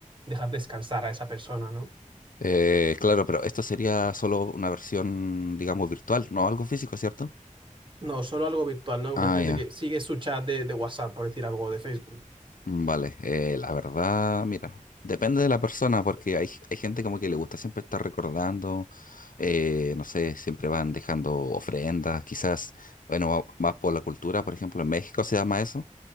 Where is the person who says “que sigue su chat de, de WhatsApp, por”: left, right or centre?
Right